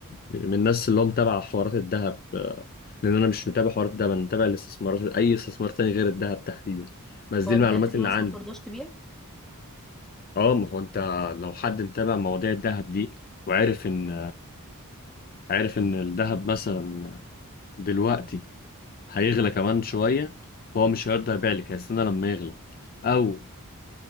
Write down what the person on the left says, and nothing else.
من الناس اللي هو متابع حوارات الذهب آه، لان انا مش متابع حوارات الذهب انا متابع الاستثمارات اي استثمار تاني غير الذهب تحديدا بس دي
المعلومات
اللي
عندي
اه ما هو انت لو حد متابع مواضيع الذهب دي وعارف ان عارف ان الذهب مثلا دلوقتي هيغلى كمان شوية فهو مش هيرضى يبيع لك هيستنى لما يغلى أو